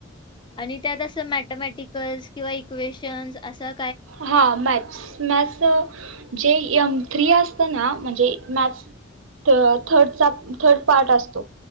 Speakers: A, on the left (about 25°); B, on the right (about 85°).
A: आणि त्यात असं मॅथेमॅटिकल्स किंवा इक्वेशन्स असा
B: हा, मॅथ्स मॅथ्स अ जे एम थ्री असतं ना, म्हणजे मॅथ्सचा थर्डचा थर्ड पार्ट असतो.